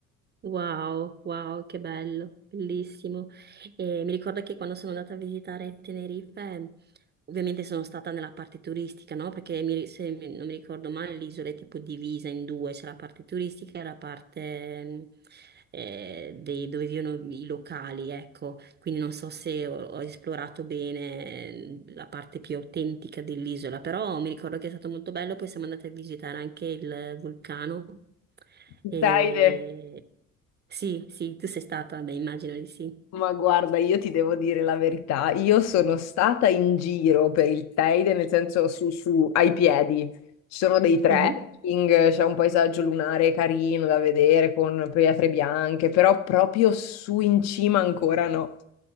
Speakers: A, on the right; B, on the left.
A: Wow, wow, che bello, bellissimo. E mi ricordo che quando sono andata a visitare Tenerife, ovviamente sono stata nella parte turistica, no? Perché mi- se mi- non mi ricordo male, l'isola è tipo divisa in due, c'è la parte turistica e la parte mh, eh, dei- dove vivono i locali, ecco. Quindi non so se ho, ho esplorato bene la parte più autentica dell'isola, però mi ricordo che è stato molto bello, poi siamo andati a visitare anche il vulcano.
B: <laughs> Davide,
A: E... Sì, sì, tu sei stata, beh, immagino di sì.
B: ma guarda, io ti devo dire la verità, io sono stata in giro per il Teide, nel senso su, su- ai piedi, ci sono dei trekking,
A: Mhm.
B: c'è un paesaggio lunare carino da vedere con pietre bianche, però proprio su in cima ancora no.